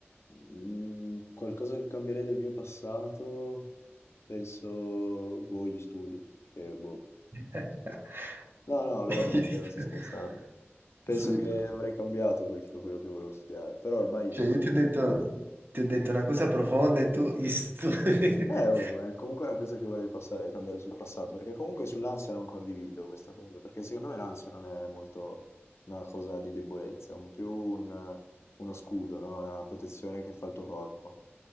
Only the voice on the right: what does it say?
<laughs>
Sì.
Cioè,
io ti ho detto, ti ho detto una cosa profonda e tu... gli studi.
<laughs>